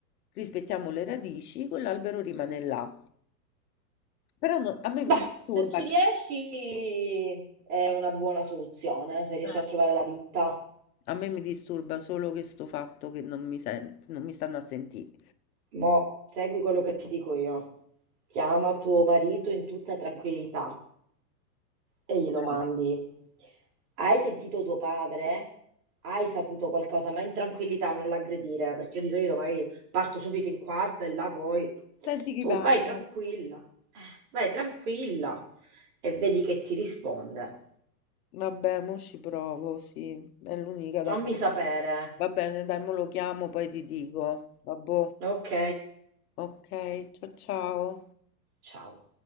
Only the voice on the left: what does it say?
rispettiamo le radici, quell'albero rimane là. Però no- a me
mi disturba
che...
Eh.
A me mi disturba solo questo fatto che non mi sent- non mi stanno a sentire.
Eh.
Senti chi
parla.
Vabbè, mo ci provo, sì, è l'unica
da fare.
Va bene, dai, mo lo chiamo, poi ti dico. Vabbè,
ok, ciao ciao.